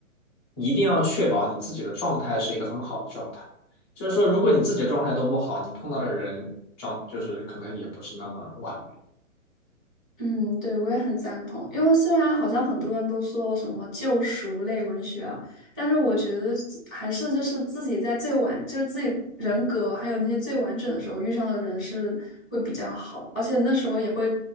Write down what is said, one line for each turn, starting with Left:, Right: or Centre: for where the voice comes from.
Left: 一定要确保你自己的状态是一个很好的状态。就是说，如果你自己的状态都不好，你碰到的人状就是可能也不是那么完美。
Centre: 嗯，对，我也很赞同。因为虽然好像很多人都说什么救赎类文学啊，但是我觉得自还是就是自己在最完，就是自己人格还有那些最完整的时候遇上的人是会比较好，而且那时候也会